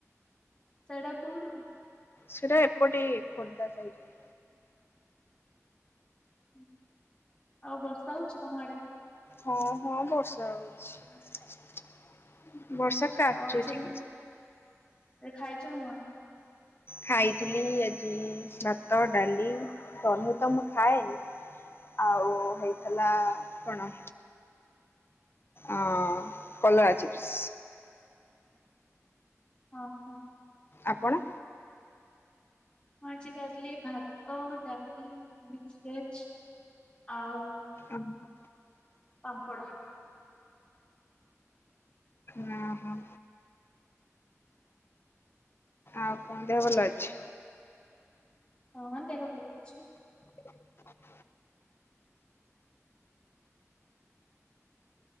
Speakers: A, on the left; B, on the left.
A: ସେଇଟା କୋଉଠି କି?
B: ସେଟା ଏପଟେ ଖୋର୍ଦ୍ଧା ସାଇଟ।
A: ହୁଁ ଆଉ ବର୍ଷା ହଉଛି ତମ ଆଡେ?
B: ହଁ ହଁ ବର୍ଷା ହଉଛି ବର୍ଷା କାଚୁଛି।
A: ଆଉ ଆଜ ଖାଇଛ ନା କଣ?
B: ଖାଇଥିଲି ଆଜି ଭାତ ଡାଲି ସବୁତ ମୁଁ ଖାଏନି। ଆଉ ହେଇଥିଲା କଣ? ଅ କଲରା ଚିପ୍ସ।
A: ହଁ ହଁ।
B: ଆପଣ।
A: ମୁ ଆଜି ଖାଉଥିଲି ଭାତ ଡାଲି ମିକ୍ସ ଭେଜ। ଆଉ
B: ଓହୋ
A: ପାମ୍ପଡ଼।
B: ଓହୋ। ଆଉ କଣ ଦେହ ଭଲ ଅଛି?
A: ହଁ ଦେହ ଭଲ ଅଛି।
B: ହ